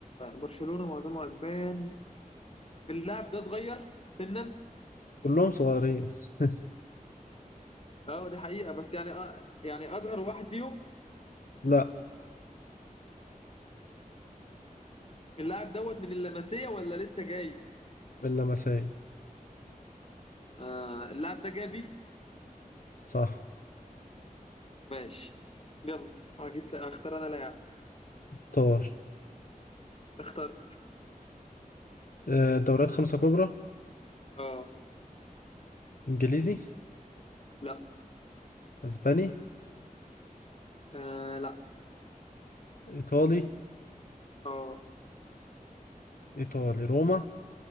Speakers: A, on the left; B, on the left.
A: برشلونة معظمه اسبان اللاعب ده صغير سنا
B: كلهم صغيرين <laughs>
A: اه دي حقيقة بس يعني آه يعني اصغر واحد فيهم
B: لا
A: اللاعب دوت من اللمسية ولا لسه جاي
B: اللمسية
A: آه اللاعب ده جافي
B: صح
A: ماشي يلا هجيس اختار انا لاعب
B: طار
A: اختار
B: آه، دوريات خمسة كبرى
A: اه
B: انجليزي
A: لا
B: اسباني
A: آه لا
B: ايطالي
A: اه
B: ايطالي روما